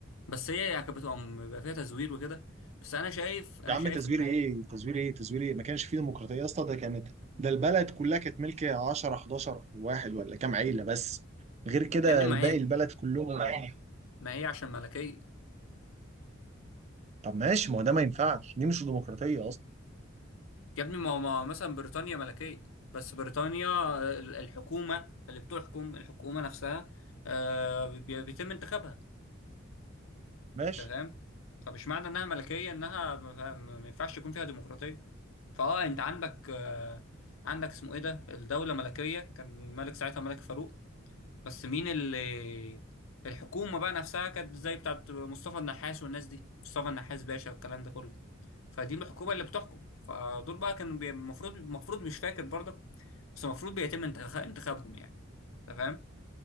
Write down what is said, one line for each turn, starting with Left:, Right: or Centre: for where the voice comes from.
Left: بس هي يعني كانت بتبقى بيبقى فيها تزوير وكده بس انا شايف انا
Right: يا عم
Left: شايف
Right: تزوير
Left: ان
Right: ايه تزوير ايه تزوير ايه ما كانش فيه ديمقراطيه يا اسطى ده كانت ده البلد كلها كانت ملك 10 11 واحد ولا كام عيله بس غير كده
Left: يا ابني ما
Right: الباقي
Left: هي
Right: البلد كلهم عيله
Left: ما هي عشان ملكيه
Right: طب ماشي ما هو ده ما ينفعش دي مش ديمقراطيه اصلا
Left: يا ابني ما هو ما هو مثلا بريطانيا ملكية بس بريطانيا ال- الحكومة اللي بتحكم الحكومة نفسها آه، بي- بيتم انتخابها
Right: ماشي
Left: تمام فمش معنى انها ملكية انها ما فيها- ما- ما ينفعش يكون فيها ديمقراطية فاه انت عندك آه، عندك اسمه ايه ده الدولة ملكية كان الملك ساعتها ملك فاروق بس مين اللي الحكومة بقى نفسها كانت زي بتاعت مصطفى النحاس والناس دي مصطفى النحاس باشا والكلام ده كله فدي الحكومه اللي بتحكم فدول بقى كانوا بي- المفروض المفروض مش فاكر برضك بس المفروض بيتم انتخ- انتخابهم يعني انت فاهم